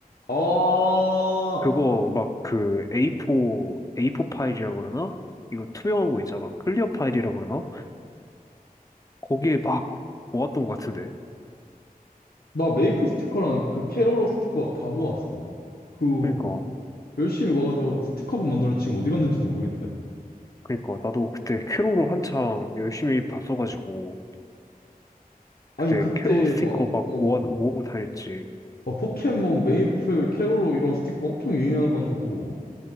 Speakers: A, on the left; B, on the left.
A: 아,
B: 그거 막 그 A4, a 포 파일이라고 그러나? 이거 투명한 거 있잖아. 클리어 파일이라고 그러나? 거기에 막 모았던 것 같은데.
A: 나 메이플 스티커랑 그 캐롤로 스티커 다 모았어. 그
B: 그러니까,
A: 열심히 모아가지고 스티커북 만들었는데 지금 어디 갔는지도 모르겠다.
B: 그러니까 나도 그때 캐롤을 한창 열심히 봤어가지고,
A: 아니
B: 그때
A: 그때
B: 캐롤 스티커
A: 막
B: 막
A: 어,
B: 모아, 모으고 다녔지.
A: 막 포켓몬, 메이플, 캐롤로 이런 스티커 엄청 유행해가지고